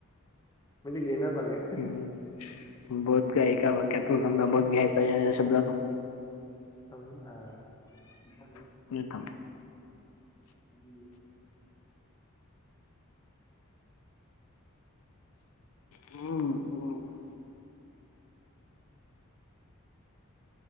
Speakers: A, on the left (about 15°); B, on the left (about 80°).
A: म्हणजे घेण्यासारखं आहे.
B: हम्म बोत का का वाक्या तूमना बत घ्याता या शब्दा त
A: ह ह हा
B: शब्दातून
A: ह
B: हम ब